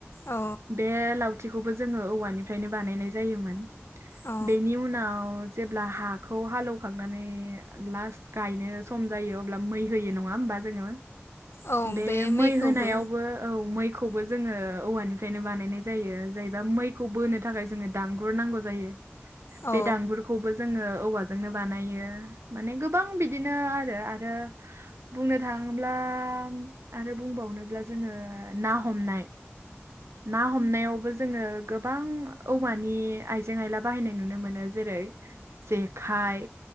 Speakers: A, on the left; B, on the right.
A: औ
B: बे लाव थिखौबो जोङो औवानिफ्रायनो बानायनाय जायोमोन
A: औ
B: बेनि उनाव जेब्ला हाखौ हालेवखांनानै लास्ट गायनो सम जायो अब्ला मै होयो नङा होमबा जोङो
A: औ
B: बे
A: मैखौबो
B: मै होनायावबो औ मैखौबो जोङो औवानिफ्रायनो बानायनाय जायो जाहबा मैखौ बोनो थाखाय जोङो दांगुर नांगौ जायो।
A: औ
B: बे दांगुरखौबो जोङो औवाजोंनो बानायो माने गोबां बिदिनो आरो आरो बुंनो थाङोब्ला आरो बुंबावनोब्ला जोङो ना हमनाय ना हमनायावबो जोङो गोबां औवानि आइजें आयला बाहायनाय नुनो मोनो जेरै जेखाइ